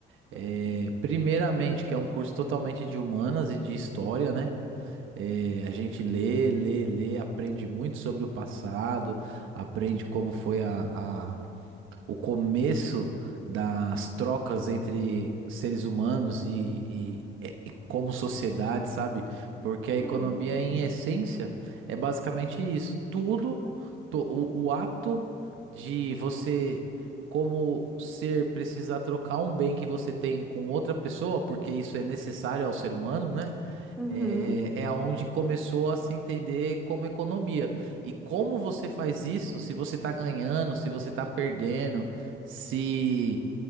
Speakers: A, on the right; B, in the centre.
A: É,
B: Hum,
A: primeiramente, que é um curso totalmente de humanas e de história, né? É, a gente lê, lê, lê, aprende muito sobre o passado, aprende como foi a, o começo das trocas entre seres humanos e, e- e como sociedade, sabe? Porque a economia,
B: hum.
A: em essência, é basicamente isso. Tudo, to- o, o ato de você, como ser, precisar trocar um bem que você tem com outra pessoa, porque isso é necessário ao ser humano, né?
B: Uhum.
A: É, é onde começou a se entender como economia. E como você faz isso? Se você tá ganhando, se você tá perdendo, se